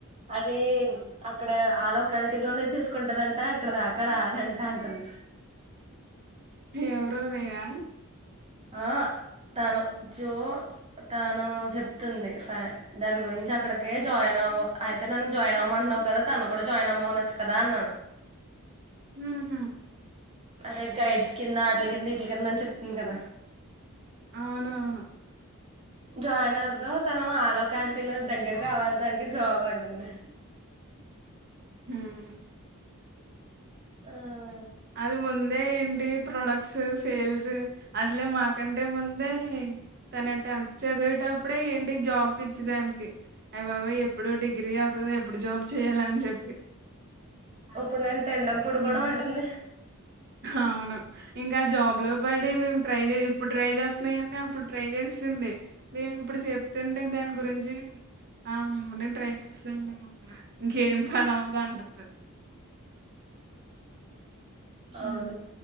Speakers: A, on the right; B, on the right.
A: అది అక్కడ ఆ లోలకాలిటీ లోనే చూస్ ఉంటదంట ఇక్కడ దాకా రాదంట అంటుంది
B: ఎవరు నేనా
A: ఆ తను జో తాను చె ంది ఫన్ దని గురించి అక్కడికే జాయిన్ అవ అయితే నన్ను జాయిన్ అవ్వమ అంటున్నావు కదా తను కూడా జాయిన్ అవ <unintelligible> నువ్ అనొచ్చు కదా అన్నాను
B: హ్మ్
A: అదే గైడ్స్ కింద ఆటిల కింద వటిల కింద అని చెప్తుంది కదా
B: అవును అవును
A: జాయిన్ అవుదుా తన ఆ లోకాలిటీ లో దగ్గర కావాలి దానికి జాబ్ అంటుంది
B: హ్మ్
A: ఆ
B: అది ముందే ఇంటి ప్రొడక్ట్స్ ఫెయిల్స్ అసలే మాకంటే ముందే తన టెన్త్ చదివేట అప్పుడే ఏంటి జాబ్ పిర్చిదానికి అవి బాబా ఎప్పుడు డిగ్రీ అవుతుంది ఎప్పుడు జాబ్ చేయాలీ అని చెప్పి
A: ఇప్పుడు నేను తినడం పడుకోవడం
B: ఉమ్
A: అంటుంది
B: అవును ఇంకా జాబ్ లో పడి మేము ట్రై చే ఇప్పుడు ట్రై చేస్తున్నాయమ అప్పుడు ట్రై చేసి వస్తుంది మేము ఇప్పుడు చెప్తుంటే దాని గురించి ఆ డ్రైస్ ఉ ఇంకేం పని అంటుంది. హుహు.
A: అవును